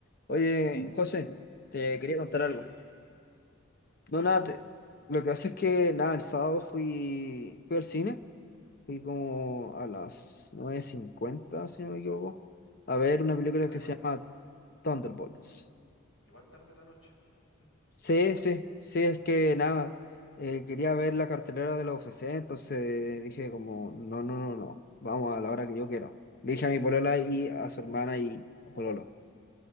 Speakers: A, on the left (about 45°); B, on the left (about 70°).
A: Oye, José, te quería contar
B: Dime,
A: algo. No,
B: ¿qué
A: nada,
B: pasó?
A: te- lo que hace es que, nada, el sábado fui, fui al cine, fui como a las 9.50, si no me equivoco, a ver una película
B: Ah,
A: que
B: igual,
A: se llama Thunderbolts.
B: igual tarde en la noche. Sí.
A: Sí, sí, sí, es que, nada, eh, quería ver la cartelera de la U F C entonces dije como, no, no, no, no, vamos a la hora que yo quiero. Le dije a mi polola y a su hermana y a Pololo.